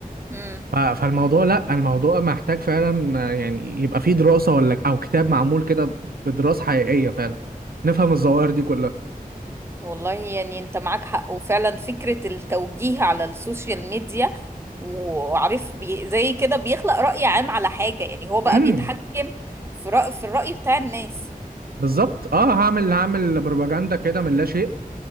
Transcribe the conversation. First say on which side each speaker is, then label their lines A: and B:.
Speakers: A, on the right; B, on the right.
A: امم
B: ف- فالموضوع لا الموضوع محتاج فعلا آه، يعني يبقى فيه دراسة ولا او كتاب معمول كده بدراسة حقيقية فعلا نفهم الظواهر دي كلها
A: والله يعني انت معاك حق وفعلا فكرة التوجيه على السوشيال ميديا وعارف بي زي كده بيخلق رأي عام على حاجة يعني هو بقى
B: امم
A: بيتحكم في رأي في الرأي بتاع الناس
B: بالظبط اه هعمل هعمل بروباجندا كده من لا شيء